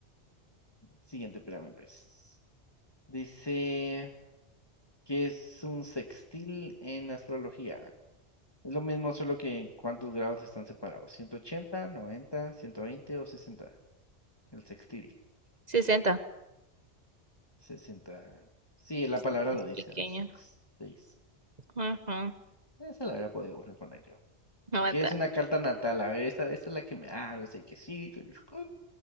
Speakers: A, on the left; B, on the right.
A: Siguiente, espérame, pues. Dice que es un sextil en astrología. Es lo mismo, solo que cuántos grados están separados. ciento ochenta noventa ciento veinte o sesenta El sextil.
B: 60.
A: sesenta Sí, la
B: Está
A: palabra
B: más
A: lo dice.
B: pequeño.
A: ah, Sex, seis.
B: Ajá.
A: Esa la habría podido poner yo.
B: Aguanta,
A: Que es una carta natal. A ver, esta, esta es la que me habla. sé que sí, que los que,